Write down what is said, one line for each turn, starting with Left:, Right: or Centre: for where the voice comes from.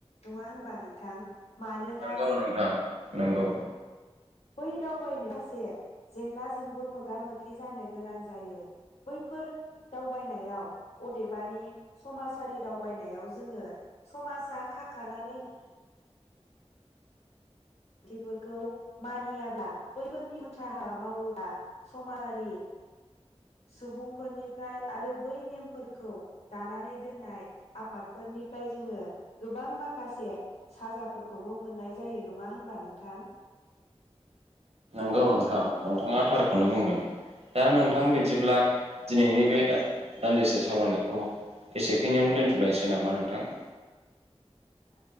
Left: नङा होनबा नोंथां मानोना
Right: नोंगौ नोंथां नोंगौ।
Left: बै दावबायनाय सासे जेंनाजोंबो मोगा-मोगि जानो गोनां जायो बैफोर दावबायनायाव अदेबानि समाजारि दावबायनायाव जोङो समाजा खाखानानै थिफोरखौ मानियाब्ला बैफोरनि उल्था हाबा मावोब्ला समाजारि सुबुंफोरनिफ्राय आरो बै नेमफोरखौ दानानै दोननाय आफादफोरनिफ्राय जोङो गोबां माखासे साजाफोरखौबो मोननाय जा जायो नङा होनबा नोंथां
Right: नोंगौ नोंथां नोंथाङा थारखौनो बुंदों दा नोंथां बिदिब्ला दिनैनि बे दान्दिसे सावरायनायखौ एसेखिनियावनो दोन्थ'लायनोसै नामा नोंथां
Left: आ